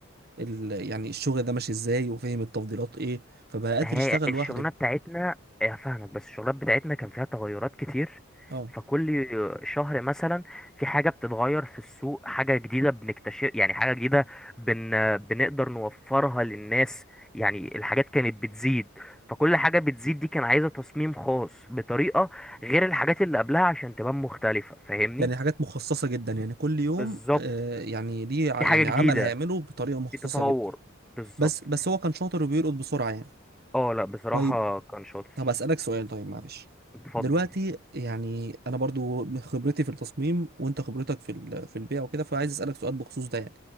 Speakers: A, on the right; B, in the centre.
A: ال يعني الشغل ده ماشي ازاي وفهم التفضيلات ايه فبقى قادر
B: ما هي
A: يشتغل
B: الشغلانه
A: لوحده
B: بتاعتنا إيه، هفهمك بس الشغلات بتاعتنا كان فيها تغيرات كتير
A: اه
B: فكل شهر مثلا في حاجه بتتغير في السوق حاجه جديده بنكتشف يعني حاجه جديده بن... بنقدر نوفرها للناس يعني الحاجات كانت بتزيد فكل حاجه بتزيد دي كان عايزه تصميم خاص بطريقه غير الحاجات اللي قبلها عشان تبان مختلفه فاهمني
A: يعني حاجات مخصصة جدا يعني كل يوم
B: بالظبط
A: آه، يعني دي ع-
B: في حاجه
A: يعني
B: جديده
A: عمل هيعمله بطريقة مخصصة
B: في تطور
A: جدا
B: بالظبط
A: بس بس هو كان شاطر وبيرقد بسرعة يعني
B: اه لا بصراحه
A: طيب
B: كان شاطر
A: طب أسألك سؤال طيب معلش
B: اتفضل
A: دلوقتي يعني أنا برضو من خبرتي في التصميم وأنت خبرتك في ال- في البيع وكده فعايز أسألك سؤال بخصوص ده يعني